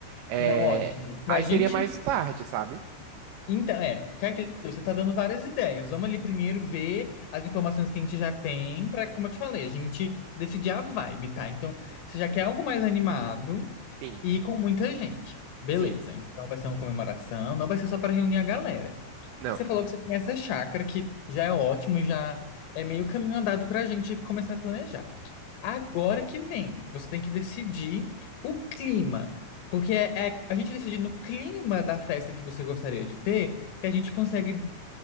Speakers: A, on the right; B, on the left.
A: É,
B: Não, ótimo. Pra
A: aí
B: gente
A: seria mais tarde, sabe?
B: Então, é, porque é aquilo, você tá dando várias ideias. Vamos ali primeiro ver as informações que a gente já tem para, como eu te falei, a gente decidir a vibe, tá? Então, você já quer algo mais animado
A: Sim,
B: e com muita gente. Beleza.
A: sim.
B: Então vai ser uma comemoração, não vai ser só para reunir a galera.
A: Não.
B: E Você falou que você tem essa chácara que já é ótimo, já é meio caminho andado para a gente começar a planejar. Agora que vem, você tem que decidir o clima, porque é, é a gente decidir no clima da festa que você gostaria de ter, que a gente consegue